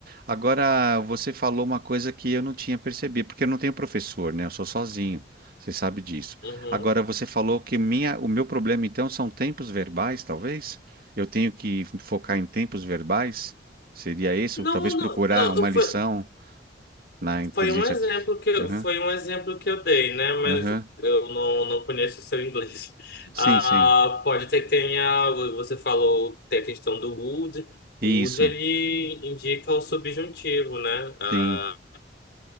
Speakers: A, on the right; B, on the left.
A: Agora, você falou uma coisa que eu não tinha percebido, porque eu não tenho professor, né? Eu sou sozinho. Você sabe disso.
B: Uhum.
A: Agora, você falou que minha, o meu problema, então, são tempos verbais, talvez? Eu tenho que focar em tempos verbais? Seria isso?
B: Não,
A: Talvez procurar
B: não, não,
A: uma
B: eu- foi,
A: lição na inteligência
B: foi um exemplo
A: artificial.
B: que eu,
A: Aham,
B: foi um exemplo que eu dei, né? Mas
A: aham.
B: eu não, não conheço o seu inglês. <laughs>
A: Sim,
B: Ah,
A: sim.
B: pode ter que tenha, você falou, tem a questão do would. O
A: Isso.
B: would, ele indica o subjuntivo, né? Ah,
A: Sim,